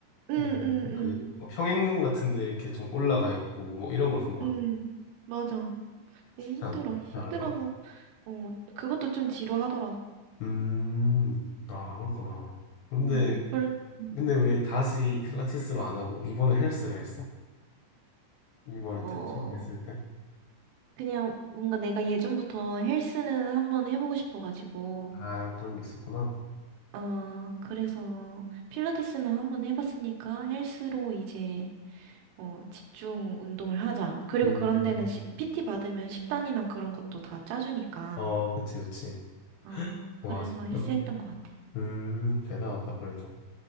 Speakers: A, on the right; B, on the left.
A: 응,
B: 뭐,
A: 응, 응,
B: 그 평행봉 같은 데 이렇게 좀 올라가 있고 뭐 이런 걸 본 것
A: 응.
B: 같아.
A: 맞아. 그게
B: 쉽지
A: 힘들어.
B: 않, 쉽지
A: 힘들어서,
B: 않을 것 같아.
A: 어, 그것도 좀 지루하더라고.
B: 음. 아, 그렇구나. 근데
A: 응, 그래. 음.
B: 근데 왜 다시 필라테스로 안 하고 이번에 헬스를 했어? 이번에
A: 어,
B: 딱 처음 했을 때?
A: 그냥 뭔가 내가 예전부터 헬스는 한번 해보고 싶어가지고,
B: 아, 그런 게 있었구나.
A: 어, 그래서 필라테스는 한번 해봤으니까 헬스로 이제 어, 집중 운동을 하자. 그리고
B: 음.
A: 그런 데는 시, PT 받으면 식단이나 그런 것도 다 짜주니까.
B: 어, 그치, 그치.
A: 아,
B: 와,
A: 그래서
B: 진짜.
A: 힐스했던 것 같아.
B: 음, 대단하다, 그래도.